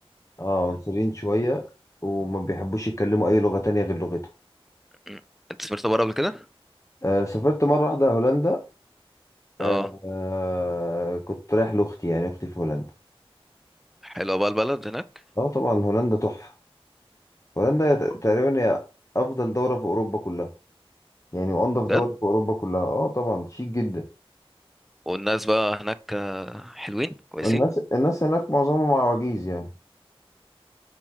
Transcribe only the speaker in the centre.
مم. انت سافرت بره قبل كده
اه
حلوه بقى البلد هناك
بجد
والناس بقى هناك آه، حلوين كويسين